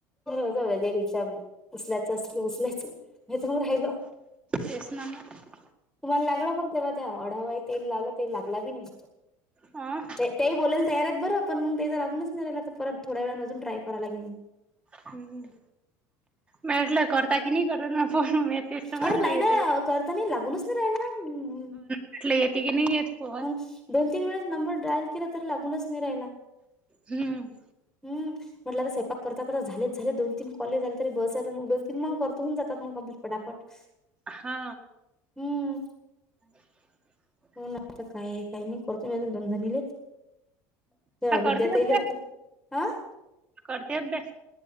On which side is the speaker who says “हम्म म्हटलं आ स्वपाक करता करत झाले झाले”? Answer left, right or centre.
Centre